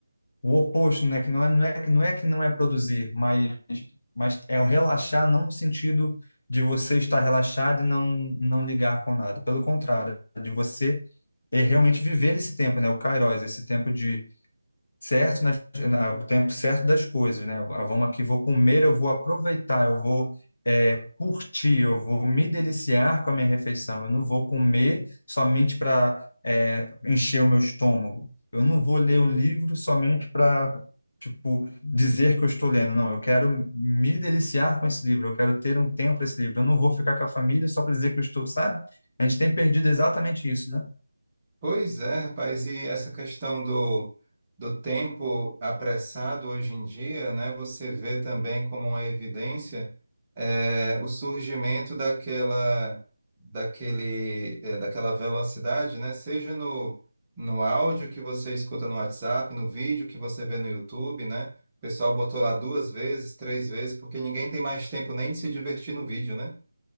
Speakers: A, on the left (about 45°); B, on the right (about 15°).
A: o oposto, né? Que não é, não é, que- não é que não é produzir, mas, mas é o relaxar, não no sentido de você estar relaxado e não, não ligar com nada. Pelo contrário, é de você é realmente viver esse tempo, né? O Kairos, esse tempo de certo nas- na- o tempo certo das coisas, né? Ah, Vamos aqui, vou comer, eu vou aproveitar, eu vou é, curtir, eu vou me deliciar com a minha refeição. Eu não vou comer somente para encher o meu estômago. Eu não vou ler um livro somente para tipo dizer que eu estou lendo. Não, eu quero me deliciar com esse livro. Eu quero ter um tempo para esse livro. Eu não vou ficar com a família só para dizer que eu estou, sabe? A gente tem perdido exatamente isso, né?
B: Pois é, rapaz, e essa questão do, do tempo apressado hoje em dia, né, você vê também como uma evidência eh, o surgimento daquela, daquele, eh, daquela velocidade, né, seja no, no áudio que você escuta no WhatsApp, no vídeo que você vê no YouTube, né, o pessoal botou lá duas vezes, três vezes, porque ninguém tem mais tempo nem de se divertir no vídeo, né?